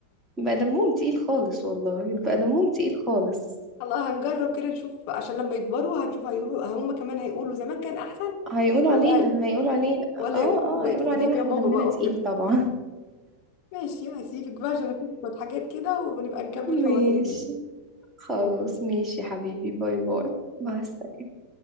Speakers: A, on the right (about 15°); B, on the left (about 45°).
A: بقى دمهم تقيل خالص والله بقى دمهم تقيل خالص
B: الله هنجرب كده نشوف عشان لما يكبروا هنشوف هيقولوا هم كمان هيقولوا زمان كان احسن
A: هيقولوا
B: ولا
A: علينا هيقولوا علينا
B: ولا
A: اه
B: يقول
A: اه
B: انتوا بقيتوا
A: هيقولوا علينا
B: قدام يا
A: احنا
B: ماما
A: دمنا
B: بقى
A: تقيل
B: وكده
A: طبعا
B: ماشي هسيبك بقى عشان اشوف شوية حاجات كده ونبقى
A: <laughs>
B: نكمل حوارنا
A: ماشي
B: تاني
A: خلاص
B: يلا
A: ماشي يا حبيبي باي باي
B: باي.
A: مع السلامة